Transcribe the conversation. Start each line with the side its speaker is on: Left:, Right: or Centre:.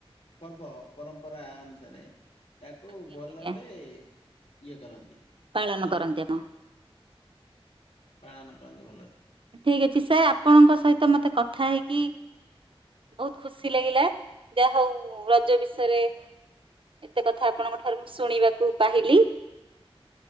Left: ପର୍ବ ପରମ୍ପରା ଅନୁସାରେ ତାକୁ
Right: ଆଜ୍ଞା
Left: ଭଲସେ
Right: ଆଜ୍ଞା
Left: ଇଏ କରରନ୍ତି।
Right: ପାଳନ କରନ୍ତି ଆପ
Left: ପାଳନ କରନ୍ତି ଭଲ ଅସେ।
Right: ଠିକ ଅଛି ସାର୍ ଆପଣଙ୍କ ସହିତ ମତେ କଥା ହେଇକି ବହୁତ ଖୁସି ଲାଗିଲା ଯାହା ହଉ ରଜ ବିଷୟରେ ଏତେ କଥା ଆପଣଙ୍କ ଆରେ ମୁଁ ଶୁଣିବାକୁ ପାହିଁଲି।